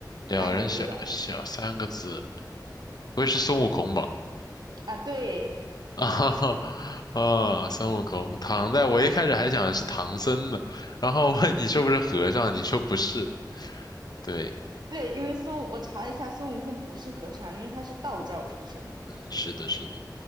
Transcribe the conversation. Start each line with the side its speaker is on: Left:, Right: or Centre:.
Left: 两人小小三个字，
Right: 三个字的
Left: 不会是孙悟空吧？
Right: 啊，对。
Left: <laughs> 啊哈哈，啊，孙悟空，唐代，我一开始还想的是唐僧呢，
Right: 嗯。
Left: 然后问你是不是和尚，你说不是，对。
Right: 对，因为孙悟，我查了一下，孙悟空不是和尚，因为他是道教出身的。
Left: 嗯，是的，是的。